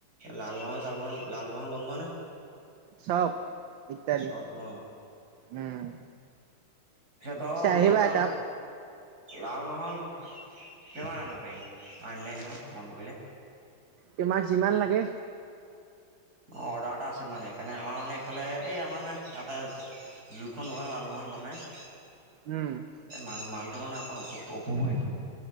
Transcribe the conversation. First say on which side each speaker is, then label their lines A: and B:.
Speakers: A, on the right; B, on the right.
A: লালমোহন, চালমোহন, লালমোহন বনোৱা নে?
B: চব, ইত্যাদি
A: চব ন
B: উম।
A: <unintelligible>
B: পিছে আহিবা একাপ
A: লালমোহন কিমান আনিব পাৰিম <unintelligible> মন কৰিলে?
B: তোমাক যিমান লাগে।
A: অ, অৰ্ডাৰ এটা আছিল মানে সেইকাৰণে আমাৰ মানে এইফালে এই আমাৰ মানে ইয়াতে যোখন দোকান লালমোহন বনায়
B: উম,
A: এই মান মানুহটো মানে অকণ অসুখ <unintelligible>